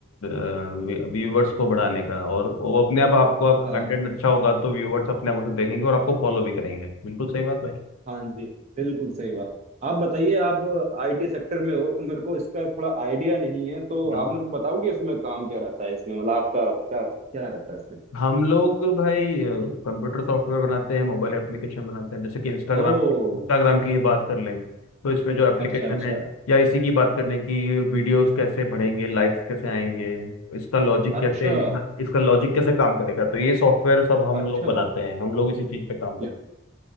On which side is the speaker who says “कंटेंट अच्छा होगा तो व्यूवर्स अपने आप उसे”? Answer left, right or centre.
Left